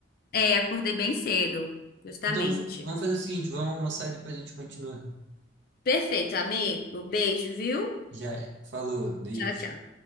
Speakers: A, on the left (about 50°); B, on the right (about 65°).
A: É, acordei bem cedo, justamente.
B: Então, vamos fazer o seguinte, vamos almoçar e depois a gente continua.
A: Perfeito, amigo. Beijo, viu?
B: Já é. Falou, beijo.
A: Tchau, tchau.